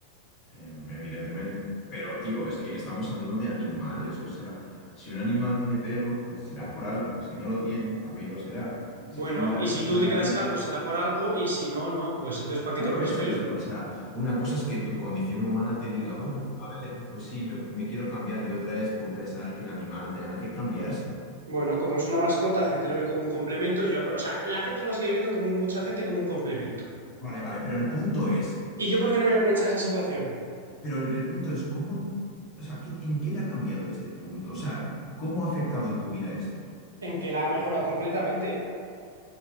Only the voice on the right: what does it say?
Bueno,
y
si tú te quedas
calvo será por algo, y si no, no, pues entonces ¿para qué
te pones
pelo?
Bueno, como es una mascota, la gente lo ve como un complemento, yo, apro- o sea, la gente lo va a seguir viendo como un- mucha gente como un complemento.
¿Y yo por qué no voy a aprovechar esa situación?
En que la ha mejorado completamente.